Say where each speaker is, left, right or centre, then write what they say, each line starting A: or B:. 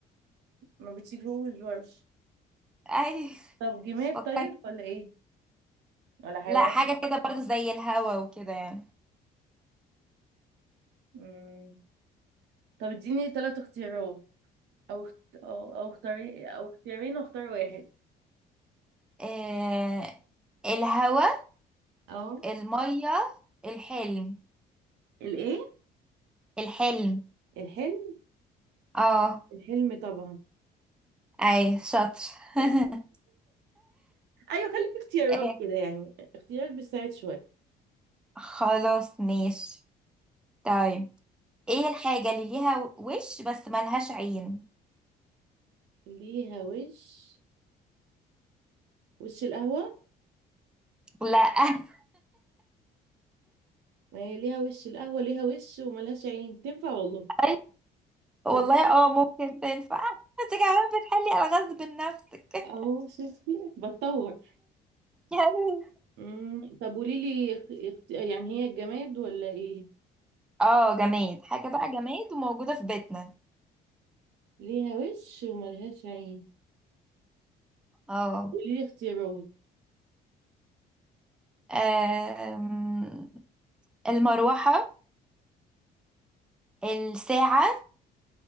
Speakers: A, on the right (about 85°); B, in the centre.
A: ما بتشوفوش برضه
B: <laughs> اي
A: طب جماد
B: فكرت
A: طيب ولا ايه؟ ولا حيوان؟
B: لا حاجه كده برضو زي الهوا وكده يعني
A: مم. طب اديني ثلاث اختيارات او اخت- او او اختاري او اختيارين واختار واحد
B: آه الهوا
A: اه
B: الميه الحلم
A: الايه
B: الحلم
A: الحلم
B: اه
A: الحلم طبعا
B: اي شاطر
A: <laughs> حلو.
B: <laughs>
A: ايوه خلي في اختيارات
B: إيه،
A: كده يعني اختيارات بتساعد شويه
B: خلاص ماشي طيب ايه الحاجة اللي ليها وش بس ملهاش عين
A: ليها وش وش القهوة
B: لا <laughs>
A: ما هي ليها وش القهوة ليها وش وملهاش عين تنفع والله
B: أي، والله
A: تصدقي
B: اه ممكن تنفع <laughs> انت كمان بتحلي الغاز بنفسك
A: اهو شفتي بتطور
B: <laughs>
A: مم. طب قولي لي اخ- اخت- يعني هي الجماد ولا ايه
B: اه جماد حاجة بقى جماد وموجودة في بيتنا
A: ليها وش وملهاش عين
B: اه
A: قولي لي اختيارات
B: آم، المروحة الساعة